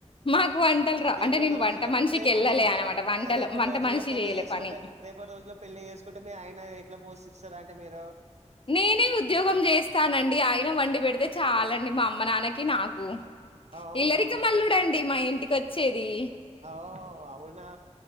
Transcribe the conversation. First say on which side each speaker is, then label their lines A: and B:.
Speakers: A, on the left; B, on the right.
A: మాకు వంటలు రావు.
B: రేపు
A: అంటే నేను
B: రోజుల్లో
A: వంట మనిషికెళ్ళలే
B: రేపటి రోజుల్లో
A: అనమాట. వంటలు
B: రేపటి
A: వంట
B: రోజుల్లో
A: మనిషి
B: పెళ్లి
A: జేయలే
B: చేసుకుంటే
A: పని.
B: రేపటి రోజుల్లో పెళ్లి చేసుకుంటే మీ ఆయన ఎట్లా పోషిస్తరం ట్టిమీద
A: నేనే ఉద్యోగం చేస్తానండి ఆయన వండి పెడితే చాలండి మా అమ్మ నాన్నకి నాకు
B: ఓహో
A: ఇల్లరికమల్లుడుండి మా ఇంటి కొచ్చేది
B: అ ఓ అవునా